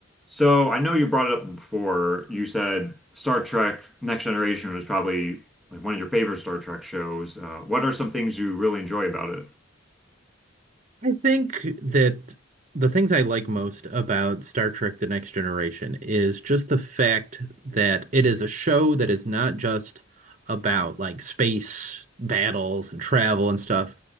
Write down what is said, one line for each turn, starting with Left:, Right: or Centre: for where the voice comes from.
Centre: So I know you brought it up before. You said Star Trek Next Generation was probably like one of your favorite Star Trek shows. Uh, what are some things you really enjoy about it?
Right: I think that the things I like most about Star Trek: The Next Generation is just the fact that it is a show that is not just about like space battles and travel and stuff.